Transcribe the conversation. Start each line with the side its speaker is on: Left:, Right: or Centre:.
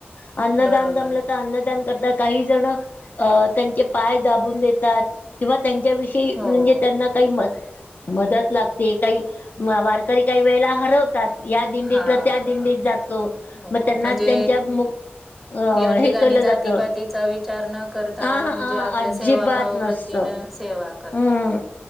Left: <unintelligible> अन्नदान
Centre: बरोबर
Left: जमलं
Centre: आहे.
Left: तर अन्नदान करतात काही जण, अ त्यांचे पाय दाबून देतात. किंवा त्यांच्या विषयी
Centre: हो.
Left: म्हणजे त्यांना काही मस मदत लागते काही, वारकरी काही वेळेला हरवतात. या दिंडीतला
Centre: हा,
Left: त्या दिंडीत जातो
Centre: हो,
Left: मग त्यांना
Centre: म्हणजे
Left: त्यांच्या मु अ
Centre: या ठिकाणी
Left: हे केलं
Centre: जातीपातीचा
Left: जातं
Centre: विचार न करता
Left: हा
Centre: म्हणजे
Left: हा
Centre: आपलं
Left: अजिबात
Centre: सेवाभाव वृत्तीनं
Left: नसतं
Centre: सेवा करतात.
Left: हम्म